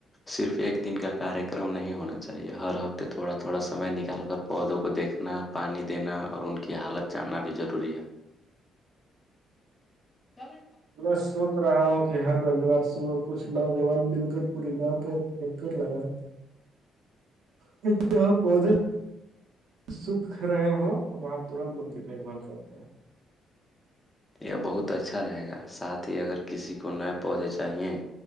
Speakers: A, on the left; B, on the right.
A: صرف ایک دن کا کاریہ کررم نہیں ہونا چاہیے ہر ہفتے تھوڑا تھوڑا سمئے نکال کر پودوں کو دیکھنا پانی دینا اور ان کی حالت جاننا بھی ضروری ہے <unintelligible>
B: میں سوچ رہا ہوں کہ ہر رووار صبح کچھ نوجوان مل کر پورے گاؤں کا چر لگا پے سکھ رہے ہ وہاں ترنت ان کی دیکھ بھال کرتے ہیں
A: یہ بہت اچھا رہے گا ساتھ ہی اگر کسی کو نئے پودے چاہییں